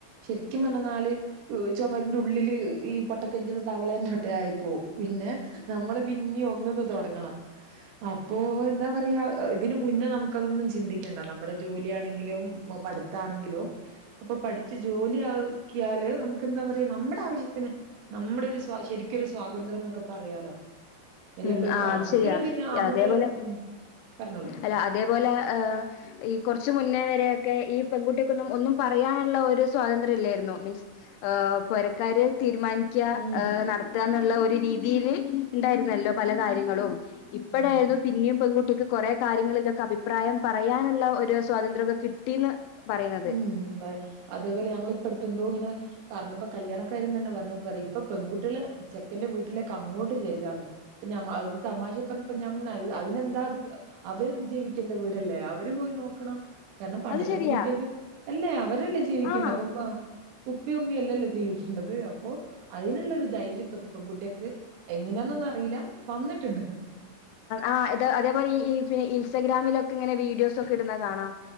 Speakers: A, on the right (about 75°); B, on the left (about 85°).
A: ശരിക്കും പറഞ്ഞൽ നാല് ചൊമരിന്റെ ഉള്ളില് ഈ പൊട്ടകേണ്റ്റിലെ തവളേ ൻ്റോട്ട ആയിപ്പോവും പിന്നെ നമ്മള് പിന്നെ ഒന്ന്ന്ന് തുടങ്ങണം അപ്പോ എന്താ പറയാ ഇതിനന് മുന്നേ നമുക്കതൊന്നും ചിന്തിക്കണ്ട നമ്മുടെ ജോലിയാണെങ്കിലും പ്പോ പടുത്താണെങ്കിലും പ്പൊ പഠിച്ച് ജോലി ആക്ക, ആക്കിയാല് നമുക്ക് എന്താ പറയാ നമ്മുടെ ആവശ്യത്തിന് നമ്മുടെ ഒരു സ്വ ശരിക്കൊരു സ്വാതന്ത്ര്യം പറയാലോ എല്ല
B: ഉം
A: പെണ്
B: ആഹ്
A: ആൺകുട്ടികള്
B: അത് ശരിയാ
A: പിന്നെ ആൺകുട്ടികൾക്ക്
B: അതേപോലെ
A: ഉം പറഞ്ഞോളു
B: അല്ല അതേപോലെ ഏഹ് ഈ കുറച്ചു മുന്നേ വരെയൊക്കെ ഈ പെൺകുട്ടിയാക്കൊന്നും ഒന്നും പറയാനുള്ള ഒരു സ്വാതന്ത്രം ഇല്ലായിരുന്നു മീൻസ് ആഹ് പൊരക്കാര് തീരുമാനി തീരുമാനിക്കാ
A: ഉം
B: നടത്ത എന്നുള്ള ഒരു രീതിൽ ഉണ്ടായിരുന്നല്ലോ പല കാര്യങ്ങളും ഇപ്പഴായിത്
A: ഉം
B: പിന്നിം പെൺകുട്ടിക്ക് കുറെ കാര്യങ്ങളിലൊക്കെ അഭിപ്രായം പറയാനുള്ള ഒരു സ്വാതന്ത്ര്യമൊക്കെ കിട്ടീന്ന് പറയുന്നത്
A: ഉം വെ അതേപോലെ ഞങ്ങൾ ഇപ്പട്ത്ത് എന്തോ ങ്ങനെ പറഞ്ഞപ്പോ കല്യാണക്കാരന്ന് തന്നെ പറഞ്ഞ പറിം ഇപ്പൊ പെൺകുട്ടികള് ചെക്കന്റെ വീട്ടിലേക്ക് അങ്ങോട്ട് ചെല്ലാണ് ഞ അത് തമാശ പ്പ പ്പറഞ്ഞപ്പോ ഞാൻ പറഞ്ഞു അതിനെന്താ അത് അവര്ക്ക് വിജീവിക്കേണ്ട വീടല്ലേ അവര് പോയി നോക്കണം കാരണം പണ്ടത്തെ
B: അത് ശരിയാ
A: പെണ്കുട്ടിയക്ക് അല്ലേ അവരല്ലേ ജീവിക്കേണ്ട
B: ആഹ്
A: അപ്പൊ പ്പ ഉപ്പിമ് ഉമ്മിമ് അല്ലല്ലോ ജീവിക്കേണ്ടത് അപ്പോ അതിനുള്ളൊരു ധൈര്യം ഇപ്പത്തെ പെൺകുട്ടിയക്ക് എങ്ങനെയാന്നൊന്ന അറിയില്ല വന്ന്ട്ട്ണ്ട്
B: ആഹ് ത് അതേപോലെ ഈ പിന്നെ ഇ ഇൻസ്റ്റാഗ്രാമിലൊക്കെ ഇങ്ങനെ വീഡിയോസ് ഒക്കെ ഇടുന്നാ കാണാം